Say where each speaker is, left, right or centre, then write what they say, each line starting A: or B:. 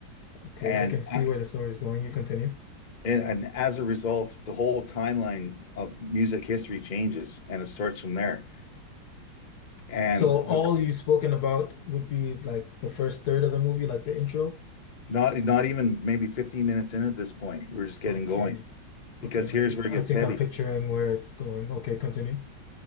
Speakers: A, on the left (about 70°); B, on the left (about 45°).
A: okay.
B: And
A: I can see
B: I-
A: where the story is going. You continue.
B: and, and as a result, the whole timeline of music history changes and it starts from there. And
A: So
B: the,
A: all you've spoken about would be like the first third of the movie, like the intro.
B: not not even maybe 15 minutes in at this point, we're just getting
A: Okay.
B: going because
A: Okay.
B: here's where it
A: I
B: gets
A: I think
B: heavy.
A: I'm picturing where it's going. Okay, continue.